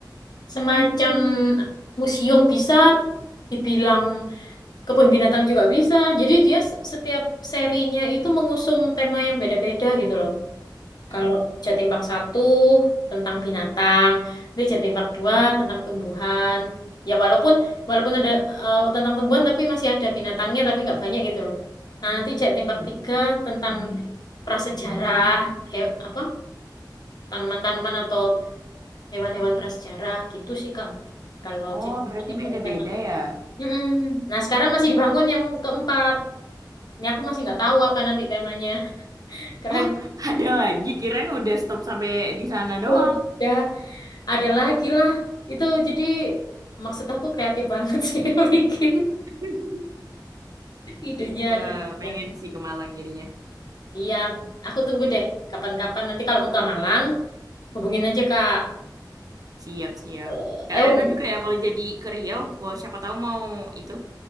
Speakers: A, on the left; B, on the right.
A: Semacam museum bisa dibilang kebun binatang juga bisa. Jadi dia se- setiap serinya itu mengusung tema yang beda-beda gitu loh.
B: Mm-mm.
A: Kalau Jatim Park 1 tentang binatang, nanti Jatim Park 2 tentang tumbuhan. Ya walaupun walaupun ada eh, tentang tumbuhan tapi masih ada binatangnya tapi nggak banyak gitu loh. Nah, nanti Jatim Park 3 tentang prasejarah, he- apa? tanaman-tanaman atau hewan-hewan prasejarah gitu sih Kak. Kalau
B: Oh,
A: jadi
B: berarti
A: itu
B: beda-beda
A: tema tuh.
B: ya?
A: Mm-mm. Nah, sekarang masih dibangun yang keempat. Ini aku masih nggak tahu apa nanti temanya. <laughs> Keren.
B: Oh, <laughs> ada lagi. Kirain udah stop sampai di sana
A: Sudah.
B: doang.
A: Ada lagi lah. Itu jadi maksud aku kreatif banget <laughs> sih yang bikin.
B: <laughs>
A: Idenya
B: Wah,
A: ada. ada.
B: pengen sih ke Malang jadinya.
A: Iya, aku tunggu deh. Kapan-kapan nanti kalau mau ke Malang, hubungin aja Kak
B: Siap-siap.
A: eh
B: Kak
A: Euni.
B: Reno juga ya kalau jadi ke Riau, wah, siapa tahu mau itu